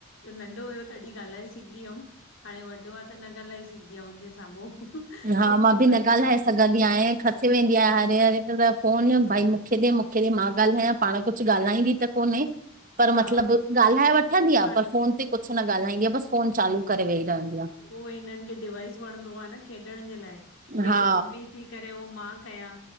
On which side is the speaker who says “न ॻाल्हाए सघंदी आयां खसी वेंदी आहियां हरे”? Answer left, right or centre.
Right